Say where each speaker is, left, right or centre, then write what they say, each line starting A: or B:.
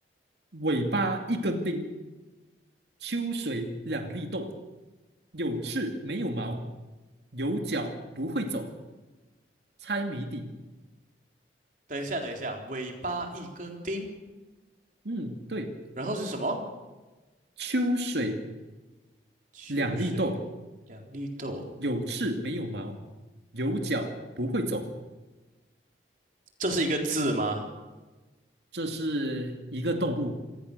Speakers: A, on the right; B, on the right.
A: 尾巴一根钉，秋水两粒豆，有翅没有毛，有脚不会走。猜谜底。
B: 等一下，等一下，尾巴一根钉，
A: 嗯，对，
B: 然后是什么？
A: 秋水
B: 秋水两粒豆，
A: 两粒豆，有翅没有毛，有脚不会走。
B: 这是一个字吗？
A: 这是一个动物。